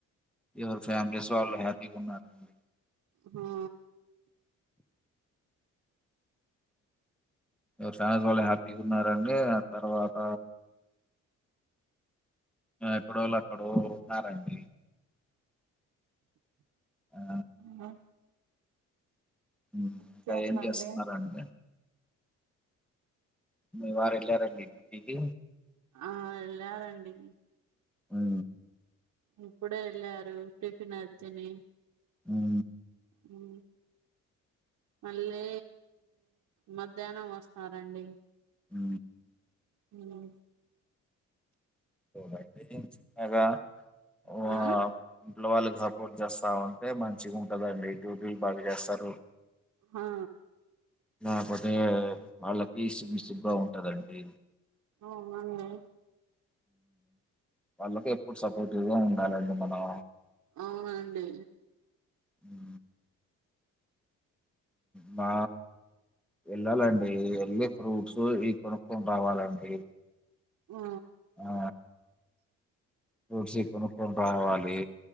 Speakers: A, in the centre; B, on the right.
A: ఎవరు ఫ్యామిలీస్ వాళ్ళు హ్యాపీగా ఉన్నారండి.
B: హా.
A: ఎవరి ఫ్యామిలీస్ వాళ్ళు హ్యాపీగా ఉన్నడి ఆ తర్వాత. ఎక్కడో వాళ్ళు అక్కడో ఉన్నారండి. ఆ
B: అ.
A: ఇంకా
B: ఇంకేందండి
A: ఏం చేస్తున్నారా అండి. మీ వారు ఎల్లారండి డ్యూటీకి.
B: ఆ వెళ్ళారండి.
A: ఊ.
B: ఇప్పుడే వెళ్ళారు టిఫిన్ అర్జని.
A: హు.
B: ఉ. మళ్ళీ మధ్యాహ్నం వస్తారండి.
A: ఉ
B: హ.
A: అ చిన్నగా. వా
B: ఆ.
A: ఇంట్లో వాళ్ళకి సపోర్ట్ చేస్తా అంటే మంచిగా ఉంటదండి డ్యూటీలు బాగా చేస్తారు.
B: హా.
A: ఆ పడ్డయ్య వాళ్లకి తీసి చూపిస్తే బాగుంటదండి.
B: అవునండి.
A: వాళ్ళకి ఎప్పుడు సపోర్టివ్గా ఉండాలండి మనం.
B: అవునా అండి.
A: ఉ. బా. వెళ్ళాలండి వెళ్ళి ఫ్రూట్స్ ఈ కొనుక్కొని రావాలండి.
B: ఆ
A: ఆ ఫూడ్స్ కొనుక్కొని రావాలి.